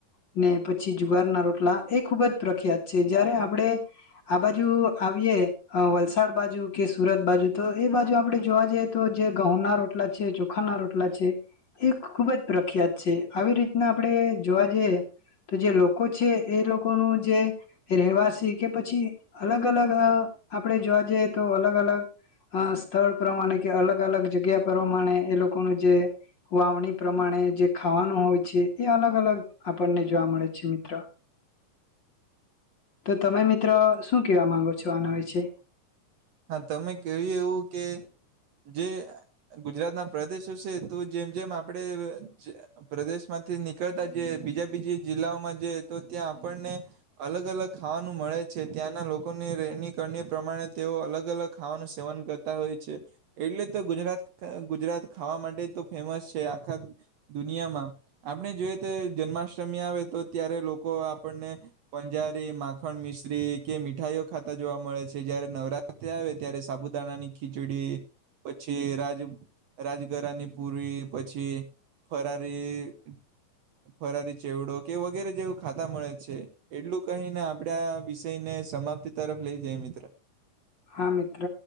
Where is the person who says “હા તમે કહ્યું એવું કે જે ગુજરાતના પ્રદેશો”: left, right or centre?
Right